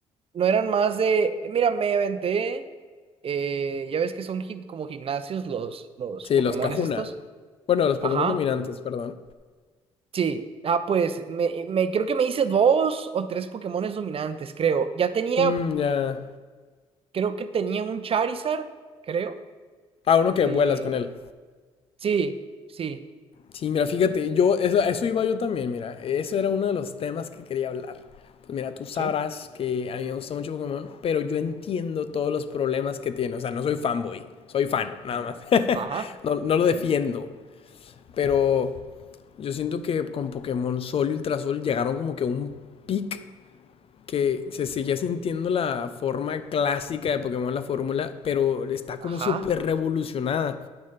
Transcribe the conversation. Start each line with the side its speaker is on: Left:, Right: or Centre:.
Right: no eran más de. Mira, me aventé. eh, ya ves que son gim- como gimnasios los, los
Left: Sí,
Right: Pokémones
Left: los Cajuna.
Right: estos.
Left: Bueno, los Pokémon
Right: Ajá.
Left: dominantes, perdón.
Right: Sí, ah, pues me, me- creo que me hice dos o tres Pokémones dominantes, creo. Ya tenía
Left: Mm, ya.
Right: creo que tenía un Charizard, creo.
Left: Ah, uno que
Right: Y
Left: vuelas con él.
Right: sí, sí,
Left: Sí, mira, fíjate, yo, eso, a eso iba yo también, mira. Eso era uno de los temas que quería hablar. Pues mira, tú sabrás
Right: sí.
Left: que a mí me gusta mucho Pokémon, pero yo entiendo todos los problemas que tiene. O sea, no soy fanboy, soy fan, nada
Right: no,
Left: más. <laughs>
Right: Ajá.
Left: No, no lo defiendo,
Right: sí,
Left: pero Yo siento que con Pokémon Sol y Ultrasol llegaron como que a un pic que se seguía sintiendo la forma clásica de Pokémon, la fórmula, pero está como
Right: Ajá.
Left: súper revolucionada.